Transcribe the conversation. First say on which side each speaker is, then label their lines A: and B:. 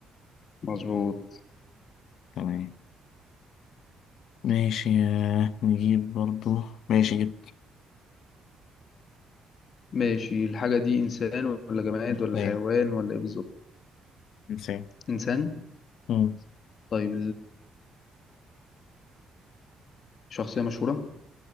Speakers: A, on the left; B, on the left.
A: مظبوط
B: تمام ماشي آه، نجيب برضو ماشي جبت
A: ماشي الحاجة دي إنسان ولا جماد
B: إنسان
A: ولا حيوان ولا إيه بالظبط
B: إنسان
A: إنسان
B: مم.
A: طيب الشخصية مشهورة